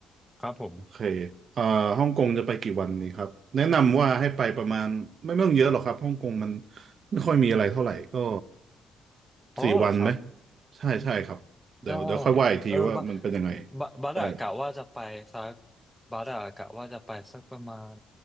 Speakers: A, in the centre; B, on the right.
A: ครับผม
B: โอเคเอ่อฮ่องกงจะไปกี่วันนี้ครับ แนะนำว่าให้ไปประมาณไม่ไม่ต้องเยอะหรอกครับฮ่องกงมันไม่ค่อยมีอะไรเท่าไหร่ก็
A: อ๋อเหรอครับ
B: สี่วันไหม ใช่ใช่ครับเดี๋ยวเดี๋ยวค่อยว่าอีกทีว่ามันเป็นยังไง
A: ได้เออบาบาบัสอะกะว่าจะไปสัก
B: ได้
A: บัสอะกะว่าจะไปสักประมาณ